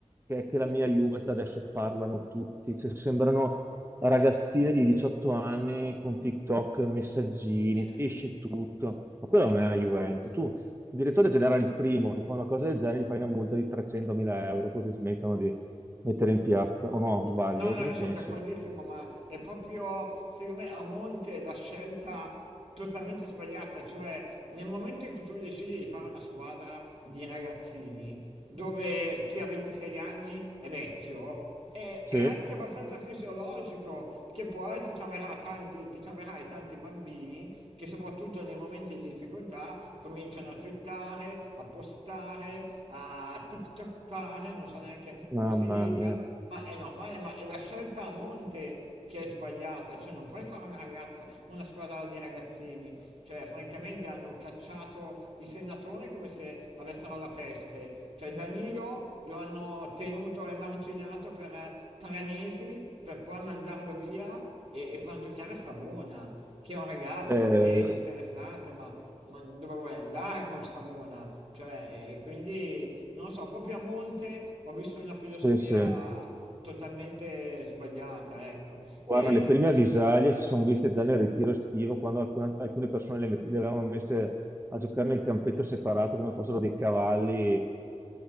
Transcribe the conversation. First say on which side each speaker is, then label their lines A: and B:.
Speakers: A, on the right; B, on the right.
A: che è che la mia Juve adesso parlano tutti, cioè sembrano ragazzina di 18 anni con TikTok, messaggini,
B: eh,
A: esce
B: sì.
A: tutto. Ma quella non è la Juventus. Tu, il direttore generale, il primo che fa una cosa del genere, gli fai una multa di 300.000 euro, così smettono di mettere in piazza. O no, sbaglio?
B: No, no,
A: Cosa
B: io sono
A: pensi?
B: d'accordissimo, ma è proprio, secondo me, a monte la scelta totalmente sbagliata, cioè nel momento in cui tu decidi di fare una squadra di ragazzini, dove chi ha 26 anni è vecchio, è,
A: Sì,
B: è anche abbastanza fisiologico che poi ti troverà tanti, ti troverai tanti bambini che soprattutto nei momenti di difficoltà cominciano a twittare, a postare, a tiktoktare, non so neanche come
A: mamma
B: si dica,
A: mia.
B: ma è normale, ma è la scelta a monte che è sbagliata, cioè non puoi fare una ragazza, una squadra di ragazzini, cioè francamente hanno cacciato i senatori come se avessero la peste, cioè Danilo lo hanno tenuto emarginato per eh, tre mesi per poi mandarlo via e, e far giocare Savona, che è un ragazzo,
A: Eh,
B: va bene, interessante, ma ma dove vuoi andare con Savona? Cioè, e quindi non lo so, proprio a monte ho visto una filosofia
A: sì, sì.
B: totalmente sbagliata, ecco. E-
A: Guarda, le prime avvisaglie si sono viste già nel ritiro estivo, quando alcune, alcune persone le, met- le avevano messe a giocare nel campetto separato come fossero dei cavalli eh,